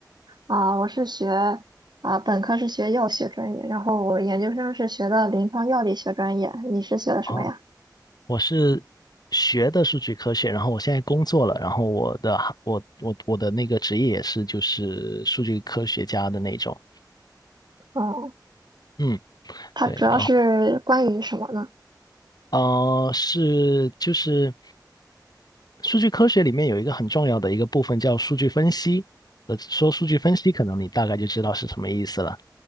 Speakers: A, on the right (about 70°); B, on the left (about 60°).
A: 啊，我是学啊本科是学药学专业，然后我研究生是学的临床药理学专业。你是学的什么呀？
B: 哦，我是学的数据科学，然后我现在工作了，然后我的行我我我的那个职业也是就是数据科学家的那种。
A: 哦，
B: 嗯，
A: 它主要是关于什么呢？
B: 对，然后呃是就是数据科学里面有一个很重要的一个部分叫数据分析，呃，说数据分析，可能你大概就知道是什么意思了。